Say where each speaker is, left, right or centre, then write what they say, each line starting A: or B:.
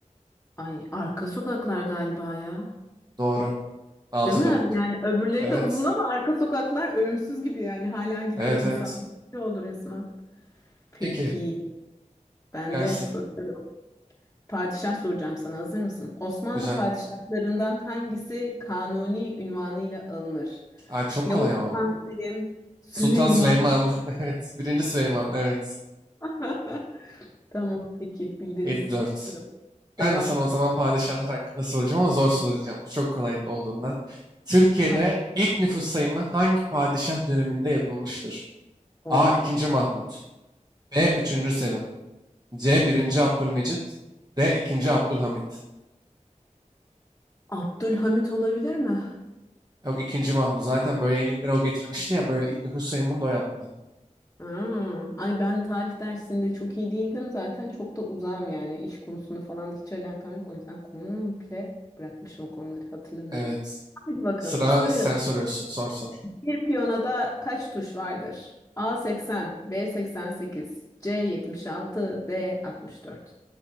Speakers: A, on the left (about 20°); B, on the right (about 30°).
A: Ay arka sokaklar galiba ya.
B: Doğru. Altı
A: Değil mi?
B: dört.
A: Yani öbürleri
B: Evet.
A: de uzun ama arka sokaklar ölümsüz gibi yani hala gidiyor
B: Evet
A: insan.
B: evet.
A: ne oldu resmen. Peki
B: Peki
A: ben
B: gelsin.
A: de soruyorum. Padişah soracağım sana hazır mısın? Osmanlı
B: Güzel.
A: padişahlarından hangisi kanuni ünvanıyla alınır?
B: Aa, çok
A: Yavuz
B: kolay ama
A: Sultan
B: bu.
A: Selim, Süleyman.
B: Sultan Süleyman. <laughs> Evet. Birinci Süleyman. Evet.
A: <laughs> Tamam peki bildiniz.
B: 7-4.
A: Devam.
B: Ben de sana o zaman padişahlar hakkında soracağım ama zor soracağım. Bu çok kolay olduğundan. Türkiye'de
A: Heh.
B: ilk nüfus sayımı hangi padişah döneminde yapılmıştır?
A: Oo.
B: A. 2. Mahmut. B. Üçüncü Selim. C. Birinci Abdülmecit. D. 2. Abdülhamit.
A: Abdülhamit olabilir mi?
B: Yok 2. Mahmut. Zaten böyle yeniliklere o getirmişti ya. Böyle ilk nüfus sayımını da o yaptı.
A: Hmm. Ay ben tarih dersinde çok iyi değildim zaten çok da uzağım yani iş konusunda falan da hiç alakam yok o yüzden komple bırakmışım o konuları hatırlamıyorum.
B: Evet.
A: Hadi bakalım
B: Sıra
A: soruyorum.
B: sen soruyorsun. Sor sor.
A: Bir piyonada kaç tuş vardır? A 80, B 88, C 76, D 64.